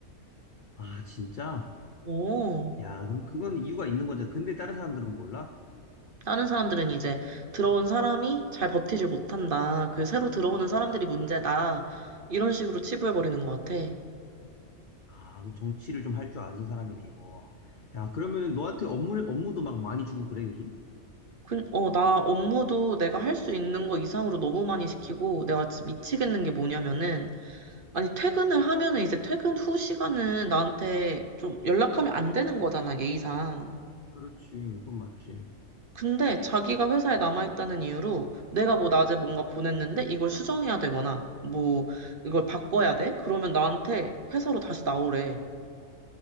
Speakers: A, on the left; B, on the right.
A: 아, 진짜?
B: 오.
A: 야, 그럼 그건 이유가 있는 거죠. 근데 다른 사람들은 몰라?
B: 다른 사람들은 이제 들어온 사람이 잘 버티질 못한다. 그 새로 들어오는 사람들이 문제다. 이런 식으로 치부해버리는 것 같아.
A: 아, 그 정치를 좀 할 줄 아는 사람이네, 이거. 야, 그러면 너한테 업무, 업무도 막 많이 주고 그래, 요즘?
B: 그, 어, 나 업무도 내가 할 수 있는 거 이상으로 너무 많이 시키고 내가 진짜 미치겠는 게 뭐냐면은 아니 퇴근을 하면은 이제 퇴근 후 시간은 나한테 좀 연락하면 안 되는 거잖아, 예의상.
A: 그렇지, 그건 맞지.
B: 근데 자기가 회사에 남아있다는 이유로 내가 뭐 낮에 뭔가 보냈는데 이걸 수정해야 되거나 뭐 이걸 바꿔야 돼? 그러면 나한테 회사로 다시 나오래.